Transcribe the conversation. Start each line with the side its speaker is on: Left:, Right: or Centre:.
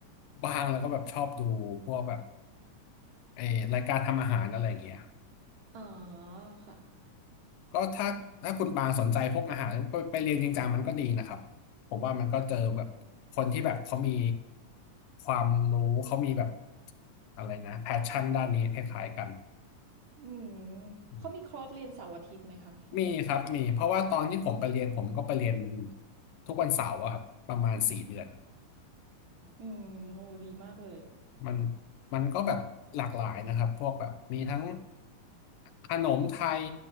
Left: บ้างแล้วก็แบบชอบดูพวกแบบไอรายการทำอาหารอะไรอย่างเงี้ย
Right: อ๋อค่ะ
Left: ก็ถ้าถ้าคุณปางสนใจพวกอาหารไปไปเรียนจริงจังมันก็ดีนะครับผมว่ามันก็เจอแบบคนที่แบบเขามี
Right: อืม
Left: ความรู้เขามีแบบอะไรนะแพชชั่นด้านนี้คล้ายๆกัน
Right: อืม
Left: อืม
Right: เขามีคอร์สเรียนเสาร์อาทิตย์ไหมคะอย่างเงี้ย
Left: มีครับมีเพราะว่าตอนที่ผมไปเรียนผมก็ไปเรียนทุกวันเสาร์อะครับประมาณสี่เดือน
Right: อืมโอ้ดีมากเลยค่ะ
Left: มันมันก็แบบหลากหลายนะครับพวกแบบมีทั้งขนมไทย